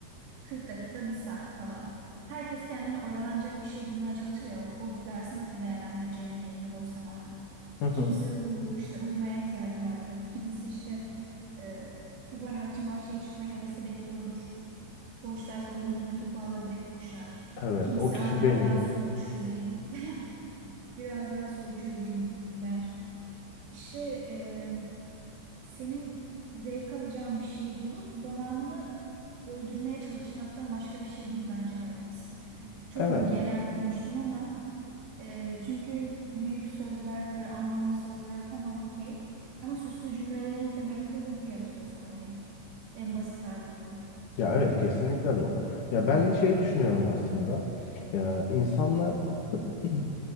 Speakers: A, on the right; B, on the left.
A: 40 dakika, bir saat falan. Herkes kendine oyalanacak bir şey bulmaya çalışır ya. O, o dersi nasıl değerlendireceğinle ilgili boş zamanı.
B: Hı hı.
A: Kimisi uyur, işte uyumaya ihtiyacı vardır. Kimisi işte e, top oynamak için bahçeye çıkmaya hevesle bekliyordur. Boş ders olduğunu duyunca topu alır direkt koşar.
B: Evet.
A: Kimisi
B: O kişi
A: Aa, biraz
B: benim.
A: daha soru çözeyim, <laughs> biraz daha soru çözeyim der. İşte e, senin zevk alacağın bir şeyi bulup zamanını öldürmeye çalışmaktan başka bir şey değil bence hayat. Çok
B: Evet.
A: mu genel konuştum ama e, çünkü büyük sözler, böyle anlamlı sözler tamam okey. Ama süslü cümlelerin temelinde de bu yatıyor sanki en basit haliyle.
B: Ya evet kesinlikle doğru. Ya ben de şeyi düşünüyorum aslında. Ya insanlar <clears throat>